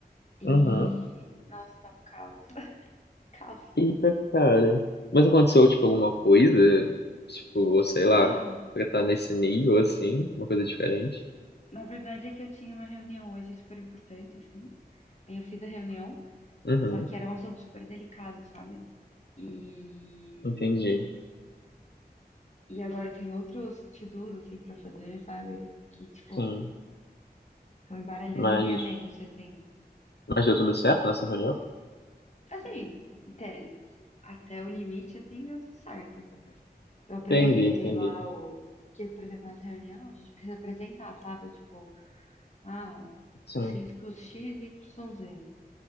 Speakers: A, on the left; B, on the left.
A: e,
B: Uhum.
A: nossa, tá um caos, caos.
B: Eita, cara. Mas aconteceu, tipo, alguma coisa? Tipo, ou sei
A: Ah,
B: lá, pra estar nesse nível, assim, uma coisa diferente?
A: na verdade é que eu tinha uma reunião hoje super importante, assim, aí eu fiz a reunião,
B: Uhum,
A: só que era um assunto super delicado, sabe? E,
B: entendi.
A: e agora tem outros to-dos, assim, pra fazer, sabe? Que, tipo,
B: Sim.
A: estão embaralhando
B: Mas,
A: minha mente, assim.
B: mas deu tudo certo nessa reunião?
A: Assim, até, até o limite, assim, deu tudo certo. Eu apresentei
B: Entendi, entendi.
A: lá o. Que, por exemplo, nessa reunião, a gente precisa apresentar, sabe? Tipo, ah,
B: Sim,
A: os riscos X, Y, Z.